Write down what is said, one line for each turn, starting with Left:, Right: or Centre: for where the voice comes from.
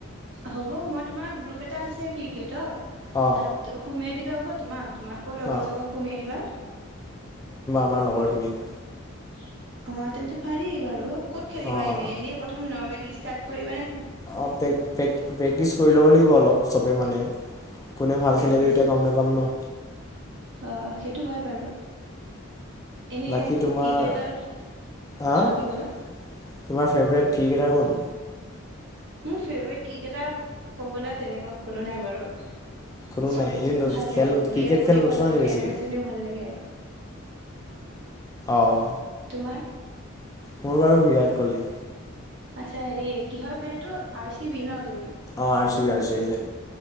Right: হ'ব মই তোমাৰ গ্ৰুপ এটা আছে ক্ৰিকেটৰ।
Left: অঁ
Right: তাত সোমোইঁ। দিলে হ'ব তোমাক। তোমালোকৰ লগৰ
Left: অঁ
Right: চগৰ সুমাই দিবা।
Left: তোমাৰ লগৰখিনিক।
Right: <unintelligible> অ তেন্তে পাৰি বাৰু ক'ত খেলিবা
Left: অঁ
Right: এনেই এনেই প্ৰথম নৰৰ্মেলি। ষ্টাৰ্ট কৰিবানে।
Left: অ পেক পেক প্ৰক্টিচ কৰি ল'ব লাগিব অলপ। চবে মানে। কোনে ভাল
Right: প্ৰেক্টিচ?
Left: খেলে এতিয়া গম নোপাম ন।
Right: অ সেইটো হয় বাৰু। এনে
Left: বাকী তোমাৰ
Right: ক্ৰিকেটাৰ
Left: আ
Right: হা কি ক'লা?
Left: ফেভৰেট ক্ৰিকেটাৰ কোন
Right: মোৰ ফেভাৰট ক্ৰিকেটাৰ ক'বলৈ তেনেকুৱা কোনো নাই বাৰু
Left: কোনো
Right: চব
Left: নাই এই
Right: ভাল
Left: খেল
Right: লাগে
Left: ক্ৰিকেট
Right: বিৰাট
Left: খেল
Right: কোহলিও
Left: নোচোৱা
Right: ভাল লাগে
Left: নি বেছিকৈ
Right: এম এছ ধনীও ভাল লাগে
Left: অঁ
Right: তোমাৰ
Left: মোৰ বাৰু বিৰাট কোহলী
Right: আচ্ছা হেৰি কি হয় টীম এইটো আৰ চি বি ন তুমি
Left: অ আৰ চি বি